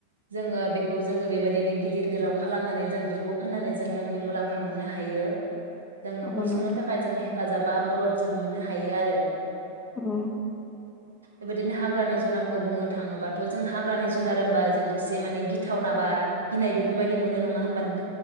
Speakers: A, on the right; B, on the left.
A: जोङो बेखौ जोङो बेबादिनो गिदिर गोलाव खालामनानै जों बेखौ फाननानै जों रांनि मुलाम्फा मोननो हायो। जों नखर
B: औ नोंथां
A: सुंनो थाखाय जों हेफाजाब बा मदद जों मोननो हायो आरो
B: औ
A: बेबायदिनो हाग्रानि जुनारखौ बुंनो थाङोबाथ' जों हाग्रानि जुनार होनोमबा जों एसे माने गिथावनाबा गिनाय बेफोरबायदि मोनो नङा होनबा नों